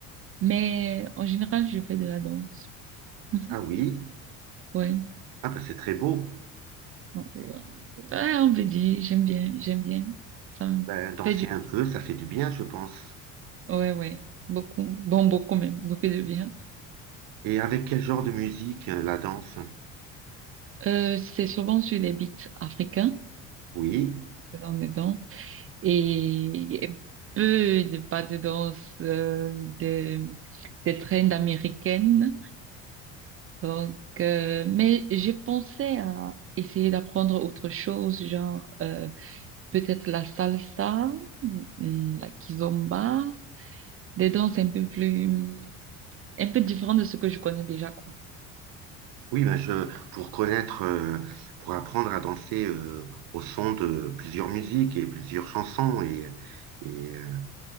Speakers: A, on the right (about 35°); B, on the right (about 65°).
A: Mais en général, je fais de la danse. <laughs> Mhm.
B: Ah oui.
A: Ouais.
B: Ah ben c'est très beau.
A: Donc, euh, ouais, on peut dire, j'aime bien, j'aime bien. Ça me
B: Ben, danser
A: fait du...
B: un peu, ça fait du bien, je pense.
A: Ouais, ouais. Beaucoup. Bon, beaucoup même. Beaucoup de bien.
B: Et avec quel genre de musique, euh, la danse?
A: Euh, c'est souvent sur les beats africains,
B: Oui,
A: dans est danses Et et peu de pas de danse, euh, des, des trends américaines. Donc, euh, mais je pensais à essayer d'apprendre autre chose, genre... euh, peut-être la salsa, mm, la kizomba, des danses un peu plus, un peu différentes de ce que je connais déjà, quoi.
B: oui, ben je pour connaître, euh, pour apprendre à danser euh, au son de plusieurs musiques et plusieurs chansons. Et, et euh,